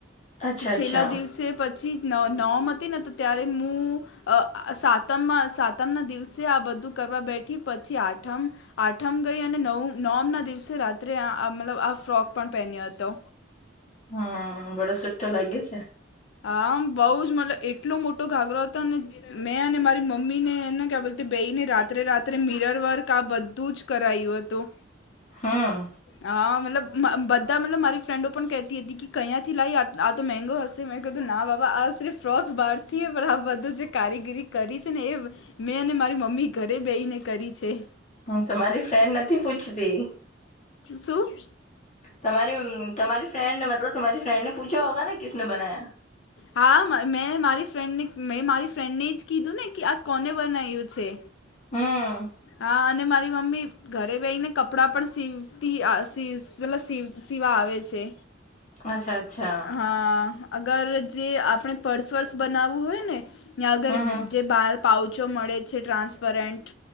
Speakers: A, on the left (about 40°); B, on the left (about 65°).
A: અચ્છા
B: તો છેલ્લા
A: અચ્છા
B: દિવસે પછી નોમ હતી ને તો ત્યારે હું અ સાતમમાં સાતમ ના દિવસે આ બધું કરવા બેઠી પછી આઠમ આઠમ ગઈ અને નવ નવમ ના દિવસે રાત્રે મતલબ આ ફ્રોક પણ પહેન્યો હતો.
A: હમ બડા સોટ લાગી છે.
B: આા બઉ જ મતલબ એટલો મોટો ગાગરો હતો ને. મેં અને મારી મમ્મી ને એને ક્યા બોલતી બે ને રાત્રે રાત્રે મિરર વર્ક આ બધ તું જ કરાયું હતું.
A: હા.
B: હા મતલબ બધા મતલબ મારી ફ્રેન્ડો પણ કેહેતી હતી કે કયાયા થી લાઈ આ તો મેગો હશે. મેં કીધું ના બાબા આ સિફ ફ્રોક્સ બહારથીએ પણ આ બધું જે કારીગીરી કરી છે ને એ. મેં અને મારી મમ્મી ઘરે બેહીને કરી છે.
A: હમ તમારી ફ્રેન્ડ નથી પૂછતી.
B: સુું.
A: તમારી તમારી ફ્રેડને મતલબ તમારી ફ્રેડને પૂછા હોગા ને કસને બનાયા.
B: હા મેં મારી ફ્રેન્ડને મેં મારી ફ્રેન્ડને જ કીધું ને કે આ કોને બનાવ્યું છે.
A: હમ
B: હા અને મારી મમ્મી. ઘરે બેહીને કપડાં પણ સીવતી આ મતલબ સીવા આવે છે.
A: અચ્છા અચ્છા
B: હા અગર જે આપણે પર્સ વર્સ બનાવવું હોય ને યાં અગર
A: હમ હમ
B: જે બહાર પાઉચો મળે છે ટ્રાન્સપરન્ટ